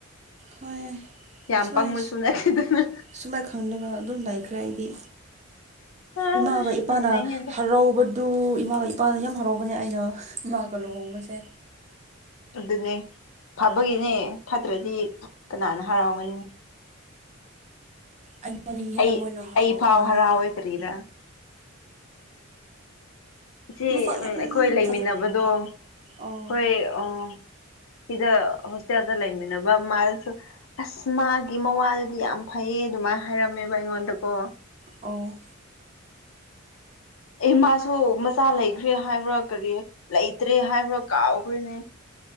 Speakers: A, on the right (about 35°); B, on the left (about 70°).
A: ꯍꯣꯏ
B: ꯌꯥꯝ
A: ꯁꯨꯃꯥꯏ
B: ꯄꯪꯕꯁꯨ ꯅꯠꯇꯦꯗꯅ
A: ꯁꯨꯃꯥꯏꯅ ꯈꯟꯂꯒ ꯑꯗꯨꯝ ꯂꯥꯏꯈ꯭ꯔꯦ ꯑꯩꯗꯤ
B: ꯑ
A: ꯏꯃꯥꯒ ꯏꯄꯥꯅ
B: ꯅꯣꯛꯅꯤꯡꯉꯤꯗ
A: ꯍꯔꯥꯎꯕ ꯗꯨ ꯏꯃꯥꯒ ꯏꯄꯥꯅ ꯌꯥꯝ ꯍꯔꯥꯎꯕꯅꯦ ꯑꯩꯅ ꯃꯥꯒ ꯂꯨꯍꯣꯡꯕꯁꯦ
B: ꯑꯗꯨꯅꯦ ꯐꯕꯒꯤꯅꯦ ꯐꯠꯇ꯭ꯔꯗꯤ ꯀꯅꯥꯅ ꯍꯔꯥꯎꯒꯅꯤ
A: ꯑꯩꯉꯣꯟꯗꯒꯤ ꯍꯦꯟꯅ
B: ꯑꯩ
A: ꯃꯣꯏꯅ ꯍꯔꯥꯎꯈ꯭ꯔꯕ
B: ꯑꯩ ꯐꯥꯎ ꯍꯔꯥꯎꯋꯦ
A: ꯋꯥꯅꯤ
B: ꯀꯔꯤꯔꯥ ꯁꯤ
A: ꯃꯁꯛ ꯌꯥꯝ
B: ꯎꯝ ꯑꯩꯈꯣꯏ ꯂꯩꯃꯤꯟꯅꯕꯗꯣ
A: ꯐꯖ ꯑꯣ
B: ꯍꯣꯏ ꯑꯥ ꯁꯤꯗ ꯍꯣꯁꯇꯦꯜꯗ ꯂꯩꯃꯤꯟꯅꯕ ꯃꯥꯏꯜꯁꯨ ꯑꯁ ꯃꯥꯒꯤ ꯃꯋꯥꯗꯨꯗꯤ ꯌꯥꯝ ꯐꯩꯌꯦ ꯑꯗꯨꯃꯥꯏꯅ ꯍꯥꯏꯔꯝꯃꯦꯕ ꯑꯩꯉꯣꯟꯗꯀꯣ
A: ꯑꯣ
B: ꯑꯦ ꯃꯥꯁꯨ ꯃꯆꯥ ꯂꯩꯈ꯭ꯔꯦ ꯍꯥꯏꯕ꯭ꯔꯥ ꯀꯔꯤ ꯂꯩꯇ꯭ꯔꯦ ꯍꯥꯏꯕ꯭ꯔꯥ ꯀꯥꯎꯈ꯭ꯔꯦꯅꯦ